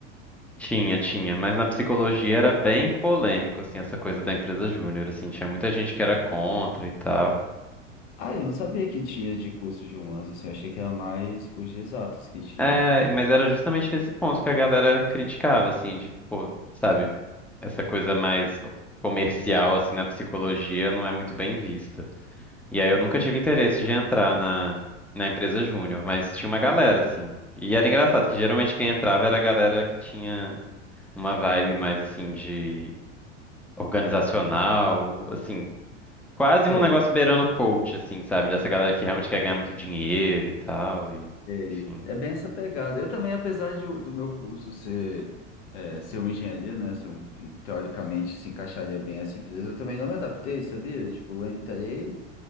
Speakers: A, in the centre; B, on the left.
A: Tinha, tinha, mas na psicologia era bem polêmico, assim, essa coisa da empresa júnior, assim, tinha muita gente que era contra e tal.
B: Ah, eu não sabia que tinha de curso de humanos, assim, eu achei que era mais cursos de exatos que tinha.
A: É, mas era justamente nesse ponto que a galera criticava, assim, de, pô, sabe, essa coisa mais comercial, assim, na psicologia não é muito bem vista. E aí eu nunca tive interesse de entrar na, na empresa júnior, mas tinha uma galera, assim. E era engraçado que geralmente quem entrava era a galera que tinha uma vibe mais, assim, de organizacional, assim, quase
B: Sei,
A: um negócio beirando coach, assim, sabe, dessa galera que realmente quer ganhar muito dinheiro e tal, e,
B: Sei.
A: enfim.
B: É bem essa pegada. Eu também, apesar de, do meu curso ser, é, ser uma engenharia, né? Ser um, um- teoricamente se encaixaria bem essa empresa, eu também não me adaptei, sabia? Tipo, eu entrei,